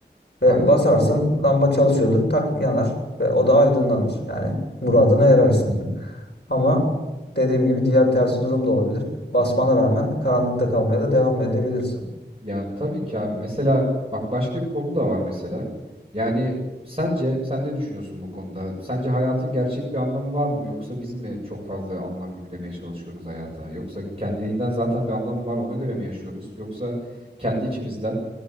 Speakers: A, on the left; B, on the right.
A: Ve
B: Aynen
A: basarsın
B: doğru.
A: lamba çalışıyordur tak yanar ve o da aydınlanır. Yani muradına erersin. <laughs> Ama dediğim gibi diğer tersi durum da olabilir. Basmana rağmen karanlıkta kalmaya da devam edebilirsin.
B: Ya tabii ki abi. Mesela bak başka bir konu da var mesela. Yani sence sen ne düşünüyorsun bu konuda? Sence hayatın gerçek bir anlamı var mı? Yoksa biz mi çok fazla anlam yüklemeye çalışıyoruz hayata? Yoksa kendiliğinden zaten bir anlamı var ona göre mi yaşıyoruz? Yoksa kendi içimizden